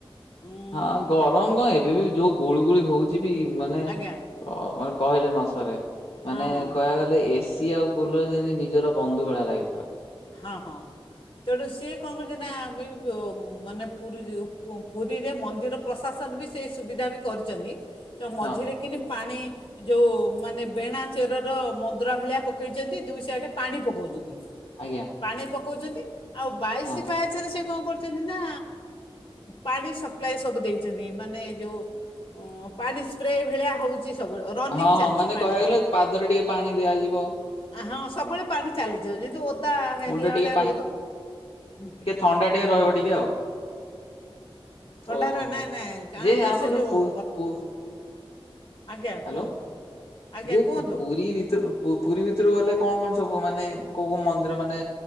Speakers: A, on the left (about 65°); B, on the left (about 80°).
A: ଉଁ
B: ହଁ ଗରମ କଣ ଏବେ ବି ଯୋଉ ଗୁଳିୁ ଗୁଳି ହଉଛି ବି ମାନେ
A: ଆଜ୍ଞା
B: ମାନେ କହିଲେ ନ ସରେ
A: ହଁ
B: ମାନେ
A: ହଁ
B: କହିବା ଗଲେ ଏସି ଆଉ କୁଲର ଯେମିତି ନିଜର ବନ୍ଧୁ ଭଳିଆ ଲାଗି ପରା।
A: ହଁ ହଁ। ତେଣୁ ସିଏ କଣ କରୁଛି ନା ବ ମାନେ ପୁରି ରୁ ପୁରୀରେ ମନ୍ଦିର ପ୍ରଶାସନ ବି ସେଇ ସୁବିଧା ବି କରିଚନ୍ତି ତ ମଝିରେ
B: ହଁ
A: କିି ପାଣି ଯୋଉ ମାନେ ବେଣା ଚେରର ମନ୍ଦ୍ରା ଭଳିଆ ପକାଇଚନ୍ତି ଦୁଇ ସିଆଡ଼େ ପାଣି ପକାଉଚନ୍ତି।
B: ଆଜ୍ଞା।
A: ପାଣି ପକଉଚନ୍ତି ଆଉ ବାଇଶି
B: ହଁ
A: ପାହାଚ ପଛରେ ସେ କଣ କରୁଚନ୍ତି ନା ପାଣି ସପ୍ଲାଏ ସବୁ ଦେଇଛନ୍ତି ମାନେ ଯଉ ଅଂ ପାଣି ସ୍ପ୍ରେ ଭଳିଆ ହଉ ଚି ସବୁବେଳ ରନିଙ୍ଗ୍
B: ହଁ
A: ଚାଲିଛି
B: ହଁ ମାନେ
A: ପାଣି
B: କହିବାକୁ
A: ଟା।
B: ଗଲେ ପାଦରେ ଟିକେ ପାଣି ଦିଆଯିବ
A: ଆ ହଁ ସବୁବେଳେ ପାଣି ଚାଲିଛି ଯେହେନ୍ତୁ ଓଦା ହେଲା
B: ମୁଣ୍ଡ ଟିକେ
A: ଭଳିଆ
B: ପାଣି
A: ରହୁତ ହୁଁ-ହୁଁ।
B: ଟିକେ ଥଣ୍ଡା ଟିକେ ରହିବ ଟିକେ ଆଉ
A: ଥଣ୍ଡାର
B: ଓହୋ
A: ନା-ନା
B: ହୋ
A: କା
B: ଯେ
A: ନା
B: ଆପଣ
A: ସେ
B: ଯୋଉ
A: ଯେଉଁ
B: ପୁ
A: ପ
B: ପୁ
A: ଆଜ୍ଞା
B: ହ୍ୟାଲୋ
A: କୁହନ୍ତୁ ଆଜ୍ଞା
B: ଯେ
A: କୁହନ୍ତୁ
B: ପୁରୀ ଭିତରୁ ପୁରୀ ଭିତରୁ ଗଲେ କଣ-କଣ ସବୁ ମାନେ କୋଉ-କୋଉ ମନ୍ଦିର ମାନେ